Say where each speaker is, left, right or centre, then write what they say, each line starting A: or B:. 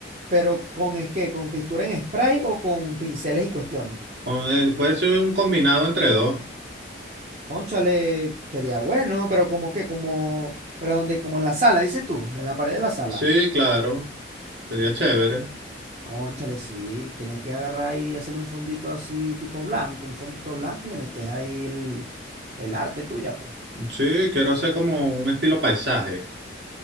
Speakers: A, on the right; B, on the right.
A: pero con es qué ¿con pintura en spray o con pinceles y cuestiones?
B: O, eh, Puede ser un combinado entre dos.
A: Cónchale, sería bueno, pero como que, como, pero donde, como en la sala, dices tú, en la pared de la sala.
B: Sí, claro, sería chévere.
A: Cónchale, sí, tenés que agarrar y hacerle un fondito así, tipo blanco, un fondito blanco y le metes ahí el, el arte tuya, pues.
B: Sí, quiero hacer como un estilo paisaje.